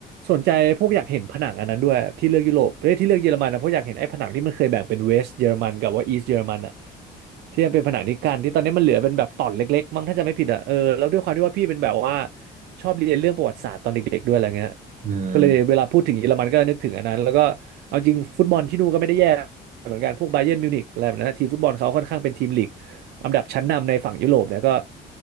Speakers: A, on the right (about 75°); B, on the right (about 50°).
A: สนใจพวกอยากเห็นผนังอันนั้นด้วยที่เลือกยุโรปประเทศที่เลือกเยอรมันนะเพราะอยากเห็นไอ้ผนังที่มันเคยแบ่งเป็นเวสต์เยอรมันกับว่าอีสต์เยอรมัน ที่มันเป็นผนังนิกันที่ตอนนี้มันเหลือเป็นแบบตอนเล็กๆมั้งถ้าจะไม่ผิดอ่ะเออแล้วด้วยความที่ว่าพี่เป็นแบบว่าชอบเรียนเรื่องประวัติศาสตร์ตอนเด็กๆด้วยอะไรเงี้ย
B: อืม
A: ก็เลยเวลาพูดถึงเยอรมันก็นึกถึงอันนั้นแล้วก็เอาจริงฟุตบอลที่นู่นก็ไม่ได้แย่เหมือนกันพวกบาเยิร์นมิวนิกอะไรแบบนั้นนะทีมฟุตบอลเขาค่อนข้างเป็นทีมลีกอันดับชั้นนำในฝั่งยุโรปเนี่ยก็